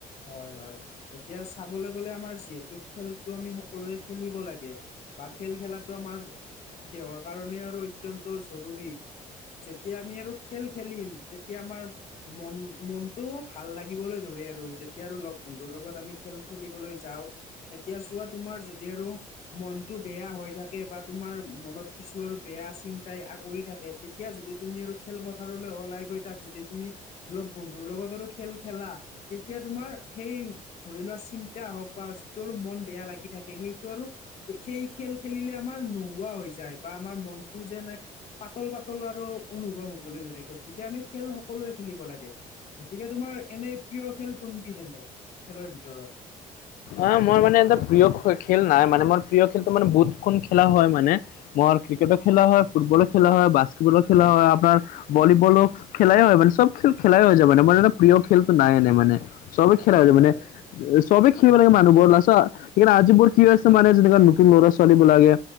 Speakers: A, on the left (about 45°); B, on the left (about 70°).
A: হয় হয়, এতিয়া চাবলৈ গ'লে আমাৰ যিহেতু খেলতো আমি সকলোৱে খেলিব লাগে। বা খেল খেলাটো আমাৰ দেহৰ কাৰণে আৰু অত্যন্ত জৰুৰী। যেতিয়া আমি আৰু খেল খেলিম তেতিয়া আমাৰ মন মনটোও ভাল লাগিবলৈ ধৰে আৰু যে এতিয়া আৰু লগ বন্ধুৰ লগত আমি খেল খেলিবলৈ যাওঁ এতিয়া চোৱা তোমাৰ যদি আৰু মনটো বেয়া হৈ থাকে বা তোমাৰ মনত কিছু আৰু বেয়া চিন্তাই আগুৰি থাকে। তেতিয়া যদি তুমি আৰু খেলপথাৰলৈ ওলাই গৈ তাত যদি তুমি লগ বন্ধুৰ লগত আৰু খেল খেলা তেতিয়া তোমাৰ সেই ধৰি লোৱা চিন্তা হওঁক বা যিটো আৰু মন বেয়া লাগি থাকে সেইটো আৰু সেই খেল খেলিলে আমাৰ নোহোৱা হৈ যায় বা আমাৰ মনটো যে নাই পাতল পাতল আৰু অনুভৱ হ'বলৈ ধৰে গতিকে আমি খেল সকলোৱে খেলিব লাগে। গতিকে তোমাৰ এনে প্ৰিয় খেল কোনবিধ এনে, খেলৰ ভিতৰত?
B: অ' মই মানে এটা প্ৰিয় খে খেল নাই মানে মোৰ প্ৰিয় খেলতো মানে বহুত কম খেলা হয় মানে। মই ক্ৰিকেটো খেলা হয়, ফুটবলো খেলা হয়, বাস্কেটবলো খেলা হয় আপোনাৰ ভলীবলো খেলাই হয় মানে চব খেল খেলাই হৈ যায় মানে এটা প্ৰিয় খেলতো নাই এনেই মানে। চবেই খেলা
A: হয়
B: হৈ য মানে
A: হয়
B: চবেই সেইবিলাকে মানুহবোৰ চোৱা সেইকাৰনে আজি মোৰ কি হৈ আছে মানে যেনেকুৱা নতুন ল'ৰা ছোৱালী বিলাকে।